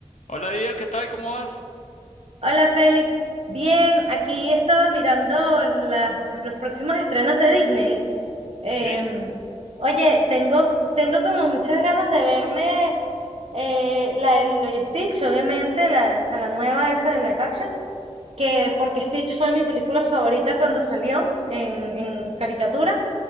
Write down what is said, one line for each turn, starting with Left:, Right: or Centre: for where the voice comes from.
Left: Hola Diego, ¿qué tal? ¿Cómo vas?
Right: Hola Félix, bien, aquí estaba mirando las, los próximos estrenos de Disney.
Left: ¿Sí?
Right: Em, oye, tengo, tengo como muchas ganas de verme eh, la de Lilo y Stitch, obviamente, la, o sea, la nueva esa de live action, que porque Stitch fue mi película favorita cuando salió en, en caricatura